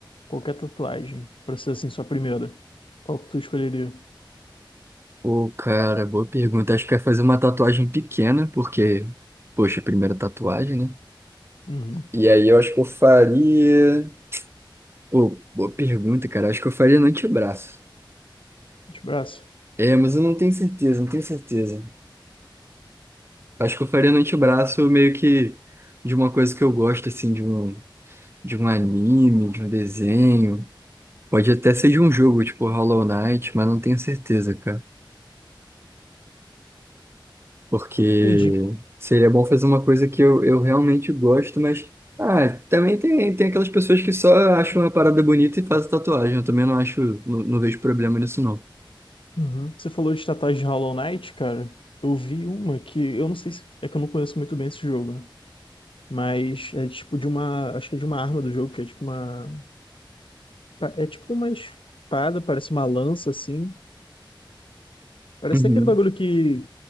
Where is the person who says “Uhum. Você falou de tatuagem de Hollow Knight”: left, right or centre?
Left